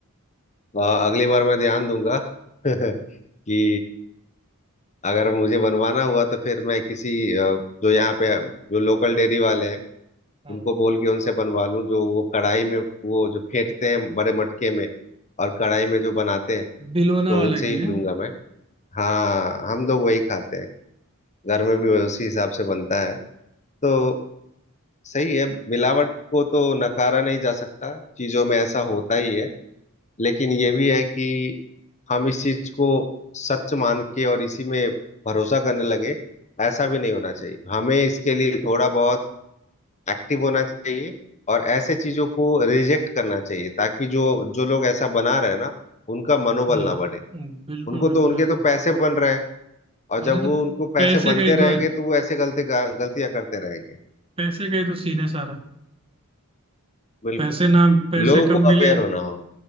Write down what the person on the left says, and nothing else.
अ, अगली बार मैं ध्यान दूंगा <laughs> कि अगर मुझे बनवाना हुआ तो फिर मैं किसी अ, जो यहाँ पे जो लोकल डेयरी वाले हैं
उनको बोल के उनसे बनवा लूँ जो वो कढ़ाई में वो जो फेंटते हैं बड़े मटके में और कढ़ाई में जो बनाते हैं
तो
उनसे
ही
लूंगा मैं हाँ हम लोग वही खाते हैं घर में भी वही उसी हिसाब से बनता है तो सही है मिलावट को तो नकारा नहीं जा सकता चीजों में ऐसा होता ही है लेकिन ये भी है कि हम इस चीज को सच मान के और इसी में भरोसा करने लगे ऐसा भी नहीं होना चाहिए हमें इसके लिए थोड़ा बहुत एक्टिव होना चाहिए और ऐसे चीजों को रिजेक्ट करना चाहिए ताकि जो जो लोग ऐसा बना रहे हैं ना उनका मनोबल
ना बढ़े
उनको
तो उनके
तो पैसे बन रहे हैं और
जब वो
उनको पैसे
बनते
रहेंगे
तो वो ऐसे गलती गलतियां करते रहेंगे
बिल्कुल
लोगों
को
अवेयर होना हो